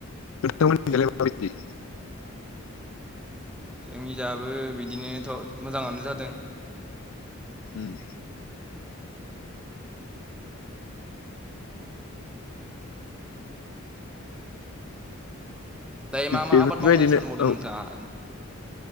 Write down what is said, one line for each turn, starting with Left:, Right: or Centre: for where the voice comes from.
Left: नोंथां मोननिजालाय मा बायदि?
Centre: जोंनिजाबो बिदिनोथ' मोजाङानो जादों।
Left: उम
Centre: दायो मा मा
Left: बेफोरबायदिनो
Centre: आबाद मावनो सानबावदो
Left: औ
Centre: नोंथाङा?